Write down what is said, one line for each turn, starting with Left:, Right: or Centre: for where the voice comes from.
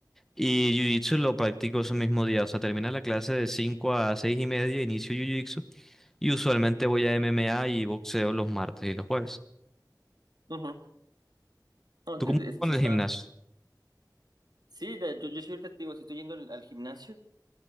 Centre: Y jiu-jitsu lo practico ese mismo día. O sea, termina la clase de 5 a seis y media, inicio jiu-jitsu. Y usualmente voy a MMA y boxeo los martes y los jueves.
Right: Ujú. No,
Centre: ¿Tú
Right: de-
Centre: cómo
Right: de- sí
Centre: con el
Right: está,
Centre: gimnasio?
Right: sí, de- yo, yo soy testigo, si estoy yendo al al gimnasio.